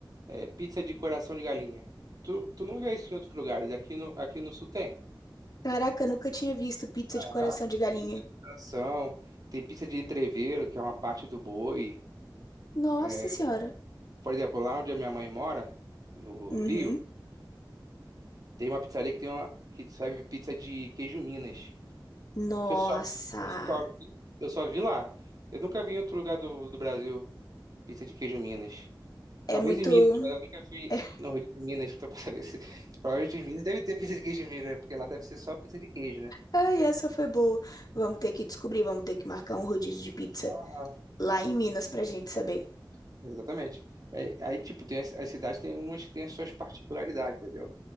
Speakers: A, on the right; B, on the left.
A: é, pizza de coração de galinha. Tu, tu não vê isso em outros lugares. Aqui no, aqui no sul tem.
B: Caraca, eu nunca tinha visto pizza
A: Aham.
B: de coração de galinha.
A: Pizza de coração, tem pizza de entrevero, que é uma parte do boi.
B: Nossa
A: É,
B: senhora.
A: por exemplo, lá onde a minha mãe mora, no
B: Uhum.
A: Rio, tem uma pizzaria que tem uma, que serve pizza de queijo Minas,
B: Nossa,
A: Que eu só, eu só vi, eu só vi lá. Eu nunca vi em outro lugar do, do Brasil pizza de queijo Minas. Talvez
B: é muito.
A: em Minas, mas eu nunca fui
B: <laughs>
A: no Rio de Minas, então <laughs> pra saber se. Provavelmente em Minas deve ter pizza de queijo em Minas, né? porque lá deve ser só pizza de queijo, né?
B: Ai, essa foi boa. Vamos ter que descobrir, vamos ter que marcar um rodízio de pizza
A: Aham.
B: lá em Minas pra gente saber.
A: Lá em Minas. Exatamente. É, Aí, tipo, tem as, as cidades tem umas que tem as suas particularidades, entendeu?